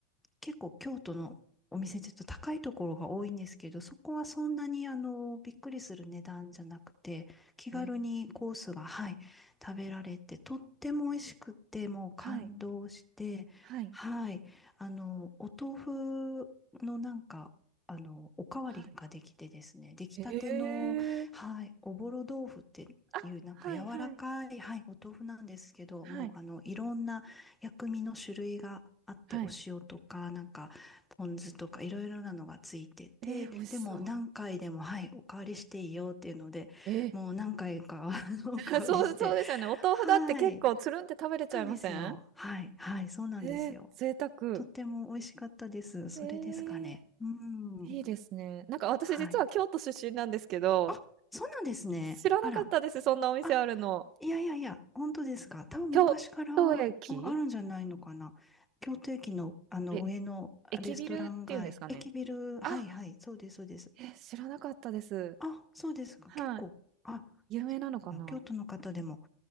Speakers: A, in the centre; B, on the right.
A: 結構京都のお店ってちょっと高いところが多いんですけど、そこはそんなにあのびっくりする値段じゃなくて、気軽にコースが、
B: ー、えー、
A: はい、食べられて、とっても美味しくて、もう感動して、
B: はい、はい。
A: はい、あの、お豆腐のなんか、あの、おかわりができてですね、
B: はい。
A: 出来たての、
B: へえ。
A: はい、おぼろ豆腐っていう、
B: あ、
A: なんか柔らかい、
B: はい、はい。
A: はい、お豆腐なんですけど、
B: はい、
A: もうあの、いろんな、薬味の種類があって、
B: はい。
A: お塩とか、なんか、ポン酢とか、いろいろなのがついてて、
B: えー、美味しそう。
A: でも何回でも、はい、おかわりしていいよっていうので、
B: え
A: もう何回か <laughs> あのおかわりして、
B: ー、<laughs> そう、そうですよね。お豆腐だって結構つるんって食べれちゃいません
A: はい、そうなんですよ。はい、はい、そうなんですよ。
B: ええ、贅沢。
A: とっても美味しかったです。それですかね。
B: ええ、
A: うん、
B: いいですね。なんか私実は京都出身なんですけど、
A: はい。あ、そうなんですね。
B: 知らなかったです、
A: あら。
B: そんなお店あるの。
A: あ、いやいやいや、本当ですか。多分昔からもあるんじゃないのかな。
B: 京都駅
A: 京都駅の、あの上のレストラン街、
B: え、駅ビルっていうんですかね。
A: 駅ビル、はいはい、
B: あ、
A: そうです、そうです。
B: え、知らなかったです。
A: あ、そうですか。
B: はい。
A: 結構、あ、
B: 有名なのかな
A: そうなんだ。京都の方でも、